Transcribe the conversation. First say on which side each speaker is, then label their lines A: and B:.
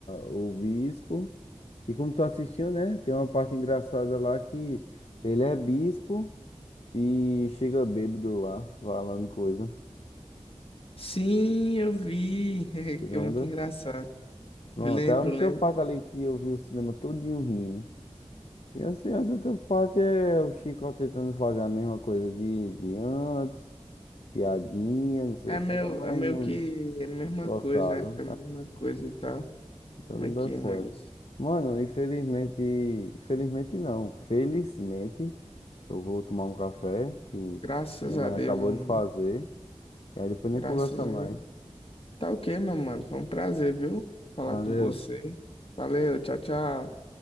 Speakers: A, on the left; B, on the left.
A: o bispo. E como tu assistiu, né? Tem uma parte engraçada lá que ele é bispo e chega bêbado lá, falando coisa.
B: Sim, eu vi. <laughs>
A: Você lembra?
B: Que é muito engraçado.
A: Pronto,
B: Lembro,
A: é a única
B: lembro.
A: parte ali que eu vi o cinema todinho rindo. E assim, as outras partes é o Chico tentando fazer a mesma coisa de, de antes, piadinha, não sei
B: É
A: o
B: meio,
A: quê, mas
B: é meio
A: não
B: que é a mesma
A: forçado.
B: coisa, né? Fica a mesma coisa e tal.
A: Então
B: Como
A: não
B: é que
A: dá certo.
B: é ruim isso?
A: Mano, infelizmente. Infelizmente não. Felizmente, eu vou tomar um café que minha
B: Graças
A: mãe
B: a Deus,
A: acabou
B: meu
A: de fazer.
B: mano.
A: E aí depois nem
B: Graças
A: conversa mais.
B: a Deus. Tá ok, meu mano. Foi um prazer, viu? Falar
A: Valeu.
B: com você. Valeu, tchau, tchau.